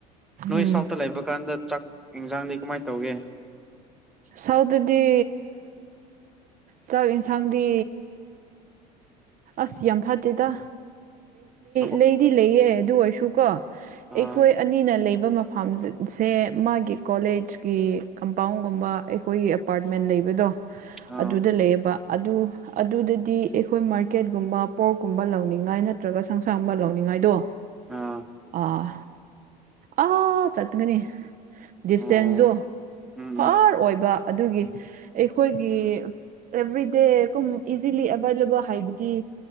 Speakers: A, in the centre; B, on the right.
A: ꯅꯣꯏ
B: ꯎꯝ
A: ꯁꯥꯎꯠꯇ ꯂꯩꯕ ꯀꯥꯟꯗ ꯆꯥꯛ ꯌꯦꯟꯁꯥꯡꯗꯤ ꯀꯃꯥꯏꯅ ꯇꯧꯒꯦ
B: ꯁꯥꯎꯗꯗꯤ ꯆꯥꯛ ꯌꯦꯟꯁꯥꯡꯗꯤ ꯑꯁ ꯌꯥꯝ ꯐꯠꯇꯦꯗ
A: ꯑꯈꯣ
B: ꯂꯩꯗꯤ ꯂꯩꯌꯦꯦ ꯑꯗꯨ ꯑꯣꯏꯔꯁꯨ ꯀꯣ ꯑꯩꯈꯣꯏ
A: ꯑꯥ
B: ꯑꯅꯤꯅ ꯂꯩꯕ ꯐꯥꯝ ꯁꯦ ꯃꯥꯒꯤ ꯀꯣꯂꯦꯖꯀꯤ ꯀꯝꯄꯥꯎꯟꯒꯨꯝꯕ ꯑꯩꯈꯣꯏꯒꯤ ꯑꯦꯄꯥꯔꯠꯃꯦꯟ ꯂꯩꯕꯗꯣ
A: ꯑꯥ
B: ꯑꯗꯨꯗ ꯂꯩꯌꯦꯕ ꯑꯗꯨ ꯑꯗꯨꯗꯗꯤ ꯑꯩꯈꯣꯏ ꯃꯥꯔ ꯄꯀꯦꯠꯀꯨꯝꯕ ꯄꯣꯔꯀꯨꯝꯕ ꯂꯧꯅꯤꯡꯉꯥꯏ ꯅꯠꯇ꯭ꯔꯒ ꯁꯪꯁꯥꯡꯒꯨꯝꯕ ꯂꯧꯅꯤꯡꯉꯥꯏꯗꯣ
A: ꯑꯥ
B: ꯑꯥ ꯑ ꯆꯠꯒꯅꯤ ꯗꯤꯁꯇꯦꯟꯁꯁꯨ
A: ꯑꯣ ꯎꯝ
B: ꯐꯥꯔ
A: ꯎꯝ
B: ꯑꯣꯏꯕ ꯑꯗꯨꯒꯤ ꯑꯩꯈꯣꯏꯒꯤ ꯑꯦꯚ꯭ꯔꯤꯗꯦ ꯀꯨꯝ ꯏꯖꯤꯂꯤ ꯑꯦꯕꯥꯏꯂꯦꯕꯜ ꯍꯥꯏꯕꯗꯤ